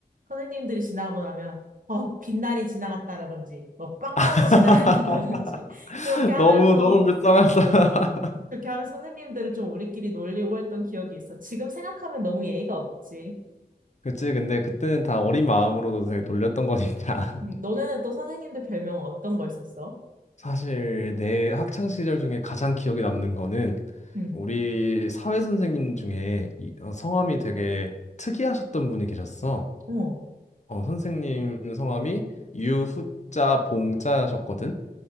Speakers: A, on the right (about 55°); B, on the left (about 45°).
A: 선생님들이 지나고 나면 어, 빛날이 지나갔다라든지 뭐 빡빡이
B: <laughs>
A: 지나갔다라든지 <laughs> 그렇게 하면서
B: 너무, 너무 불쌍하다.
A: 어,
B: <laughs>
A: 그렇게 하면서 선생님들은 좀 우리끼리 놀리고 했던 기억이 있어. 지금 생각하면 너무 예의가 없지.
B: 그치, 근데 그때는 다 어린 마음으로도 되게 놀렸던 거니까. <laughs>
A: 음, 너네는 또 선생님들 별명 어떤 거 있었어?
B: 사실 내 학창 시절 중에 가장 기억에 남는 거는
A: 응,
B: 우리 사회 선생님 중에 이- 어, 성함이 되게 특이하셨던 분이 계셨어.
A: 어,
B: 어, 선생님 성함이 유후자 봉자셨거든.